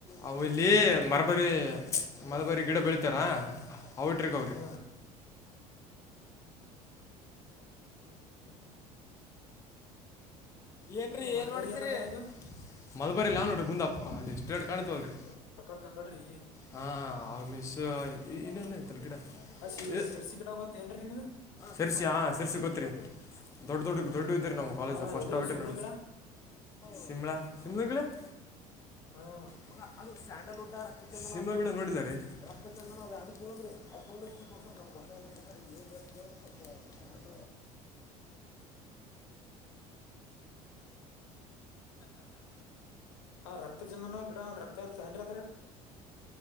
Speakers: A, on the left (about 15°); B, on the left (about 60°).
A: ಅವು ಇಲ್ಲಿ ಮರಬರಿ ಮರಬರಿ ಗಿಡ ಬೆಳತಾರಾ ಅವಟ್ರಕ ಅವ್ರೀ
B: ಹಾ ಹ್ಮ್ ಹ್ಮ್
A: ಏನ್ರೀ
B: ಇದು ಮಲ್ಬೇರಿ
A: ಏನ್ ನೋಡ್ತಿರಿ
B: ಎಲ್ಲ ಅದರ ಅದು
A: ಮದಬರಿಲ್ಲಾವ ನೋಡ್ರಿ ಮುಂದಪ್ಪ ಅ ಎಷ್ಟ ಎರಡ್ ಕಾಣ್ತವಲ್ರರಿ
B: ಕಕಡ್ ಕಕಡ್ರಿ
A: ಹಾ ಹ ನಿಶ್ಯ ಈ ಇಲ್ಲನ್ನ ಗಿಡ
B: ಆ ಶಿರ್
A: ಇ
B: ಶಿರ್ಸಿ ಗಿಡ ಗೊತ್ತೇನ್ರಿ ನಿಮಗ
A: ಶರ್ಸಿ ಹ ಸರ್ಸಿ ಕೊತ್ರಿ ದೊಡ್ಡ ದೊಡ್ಡ
B: ಹ್ಮ್
A: ದೊಡ್ಡ ಇದರಿ ನಮ್ ಕಾಲೇಜ್
B: ಹಾ
A: ಫಸ್ಟ್
B: ಇದು
A: ಟಟರ್
B: ಸುಂಬಳ
A: ನೋಡ
B: ಗಿಡ
A: ಶಿಮಳಾ ಶಿಮ ಕಲ್ಲ <inaudible>
B: ಹ್ಮ್
A: ಮ ಅದು ಸ್ಯಾಂಡಲ್ುಡ್ ಸಿಂಹ ಬೀಡ ನೋಡಿದಿದ್ದಾರೆ ರಕ್ತ
B: ಹ್ಮ್
A: ಚಂದನ ಅವ ಅಡ್ಕಳಂದ್ರಿ ಅಕ ನಮ್ ಹೊಸ ಸ್ಪ <inaudible>
B: ಆ ರಕ್ತ ಚಂದನ ರಕ್ತನ್ದ್ರ